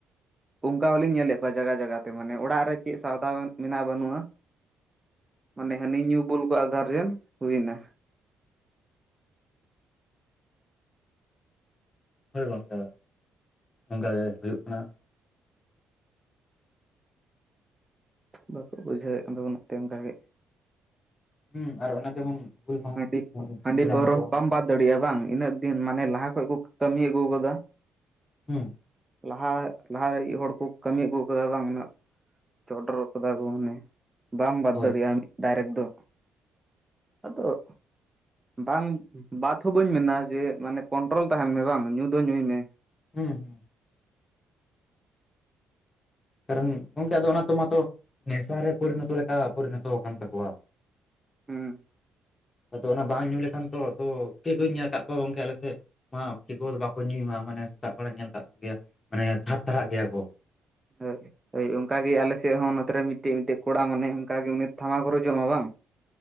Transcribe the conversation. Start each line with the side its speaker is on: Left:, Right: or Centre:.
Right: ᱚᱱᱠᱟ ᱦᱚᱞᱤᱧ ᱧᱮᱞᱮᱫ ᱠᱚᱣᱟ ᱡᱟᱜᱟ ᱡᱟᱜᱟ ᱛᱮ ᱢᱟᱱᱮ ᱚᱲᱟᱜ ᱨᱮ ᱪᱮᱫ ᱥᱟᱣᱫᱟ ᱢᱮᱱᱟᱜ-ᱟ ᱵᱟᱹᱱᱩᱜ-ᱟ᱾ ᱢᱟᱱᱮ ᱦᱟᱹᱱᱤ ᱧᱩ ᱵᱩᱞ ᱠᱚᱣᱟᱜ ᱜᱟᱨᱡᱮᱱ ᱦᱩᱭᱱᱟ,
Left: ᱦᱳᱭ ᱜᱚᱝᱠᱮ ᱚᱱᱠᱟ ᱜᱮ ᱦᱩᱭᱩᱜ ᱠᱟᱱᱟ᱾
Right: ᱵᱟᱠᱚ ᱵᱩᱡᱷᱟᱹᱣᱮᱫ ᱠᱟᱱ ᱛᱟᱵᱚᱱᱟ ᱚᱱᱟᱛᱮ ᱚᱱᱠᱟ ᱜᱮ,
Left: ᱦᱩᱸ ᱟᱨ ᱚᱱᱟ ᱡᱮᱢᱚᱱ ᱦᱩᱞ ᱢᱟᱦᱟ
Right: ᱦᱟᱺᱰᱤ
Left: ᱠᱚᱨᱮ ᱡᱮᱢᱚᱱ ᱯᱨᱳᱜᱨᱟᱢ
Right: ᱦᱟᱺᱰᱤ ᱯᱟᱹᱣᱨᱟᱹ
Left: ᱠᱚ
Right: ᱵᱟᱢ ᱵᱟᱫ ᱫᱟᱲᱤᱭᱟᱜ-ᱟ ᱵᱟᱝ ᱤᱱᱟᱹᱜ ᱫᱤᱱ ᱢᱟᱱᱮ ᱞᱟᱦᱟ ᱠᱷᱚᱡ ᱠᱚ ᱠᱟᱹᱢᱤ ᱟᱹᱜᱩ ᱠᱟᱫᱟ᱾
Left: <unintelligible>
Right: ᱞᱟᱦᱟ ᱞᱟᱦᱟ ᱨᱮ ᱤᱭᱟᱹᱜ ᱦᱚᱲ ᱠᱚ ᱠᱟᱹᱢᱤ ᱟᱹᱜᱩ ᱠᱟᱫᱟ ᱵᱟᱝ ᱚᱱᱟ ᱪᱚᱰᱚᱨᱚ ᱠᱟᱫᱟ ᱠᱚ ᱢᱟᱱᱮ ᱵᱟᱢ ᱵᱟᱫ
Left: ᱦᱳᱭ
Right: ᱫᱟᱲᱤᱭᱟᱜ-ᱟ ᱰᱟᱭᱨᱮᱠᱴ ᱫᱚ᱾ ᱟᱫᱚ ᱵᱟᱝ ᱵᱟᱫ ᱦᱚᱸ ᱵᱟᱹᱧ ᱢᱮᱱᱟ ᱡᱮ ᱢᱟᱱᱮ ᱠᱚᱱᱴᱨᱳᱞ ᱛᱟᱦᱮᱱ ᱢᱮ ᱵᱟᱝ ᱧᱩ ᱫᱚ ᱧᱩᱭ ᱢᱮ᱾
Left: <inaudible> ᱠᱟᱨᱚᱱ ᱜᱚᱝᱠᱮ ᱟᱫᱚ ᱚᱱᱟ ᱛᱚᱢᱟᱛᱚ, ᱱᱮᱥᱟᱨᱮ ᱯᱚᱨᱤᱱᱚᱛᱚ ᱞᱮᱠᱟ ᱯᱚᱨᱤᱱᱚᱛᱚ ᱠᱟᱱ ᱛᱟᱠᱚᱣᱟ᱾
Right: ᱦᱩᱸ᱾
Left: ᱟᱫᱚ ᱚᱱᱟ ᱵᱟᱝ ᱧᱩ ᱞᱮᱠᱷᱟᱱ ᱛᱚ ᱛᱚ <unintelligible> ᱠᱚᱧ ᱧᱮᱞ ᱠᱟᱜ ᱠᱚᱣᱟ ᱜᱚᱝᱠᱮ ᱟᱞᱮ ᱥᱮᱫ, ᱢᱟ <unintelligible> ᱵᱟᱠᱚ ᱧᱩᱭ ᱢᱟ ᱢᱟᱱᱮ ᱥᱮᱛᱟᱜ ᱵᱮᱲᱟᱧ ᱧᱮᱞ ᱠᱟᱜ ᱠᱚ ᱜᱮᱭᱟ ᱢᱟᱱᱮ ᱛᱷᱟᱨ ᱛᱷᱟᱨᱟᱜ ᱜᱮᱭᱟ ᱠᱚ᱾
Right: <unintelligible> ᱦᱳᱭ ᱚᱝᱠᱟ ᱜᱮ ᱟᱞᱮ ᱥᱮᱜ ᱦᱚᱸ ᱱᱚᱛᱮ ᱨᱮ ᱢᱤᱫᱴᱮᱡ ᱢᱤᱫᱴᱮᱡ ᱠᱚᱲᱟ ᱢᱟᱱᱮ ᱚᱝᱠᱟ ᱜᱮ ᱩᱱᱤ ᱛᱷᱟᱢᱟᱠᱩᱨᱮ ᱡᱚᱢᱟ ᱵᱟᱝ,